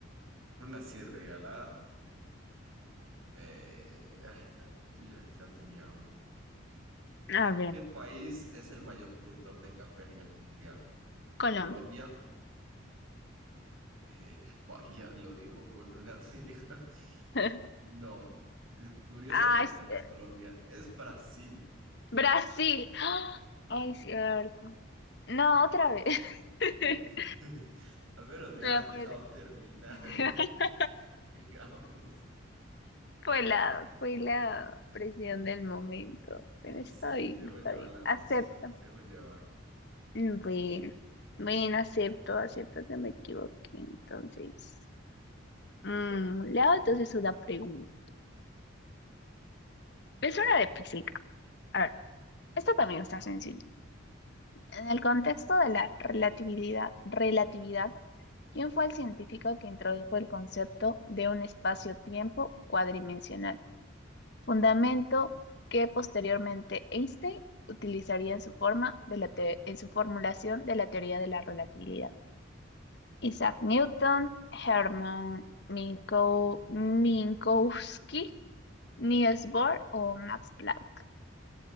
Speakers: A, on the right (about 85°); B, on the left (about 55°).
A: Una así regalada. Eh, ah, ah, yo ya, ya tenía una.
B: A ver,
A: ¿Qué país es el mayor productor de café a nivel mundial?
B: Colombia.
A: Colombia. Eh, <laughs> vaya, lo dijo con una... <laughs>
B: <laughs>
A: No, curiosamente
B: Ay, s-
A: no
B: eh,
A: es Colombia, es Brasil.
B: Brasil. <gasps> ¡Ah! Ay, cierto. No, otra vez. <laughs>
A: <laughs> Al menos me
B: Me
A: has
B: voy a poner-
A: dejado terminar,
B: <laughs>
A: <laughs> digamos.
B: Fue la, fue la presión del momento. Pero
A: Mm,
B: está
A: Sí,
B: bien,
A: te dejo
B: está
A: llevar
B: bien.
A: la emoción,
B: Acepto.
A: te dejo llevar.
B: Bueno, bueno, acepto, acepto que me equivoqué. Entonces, mm, le hago entonces una pregunta. Es una de física. A ver, esta también está sencilla. En el contexto de la relatividad, relatividad ¿Quién fue el científico que introdujo el concepto de un espacio-tiempo cuadridimensional? Fundamento que posteriormente Einstein utilizaría en su forma de la te- en su formulación de la teoría de la relatividad. Isaac Newton, Hermann Minko- Minkowski, Niels Bohr o Max Planck.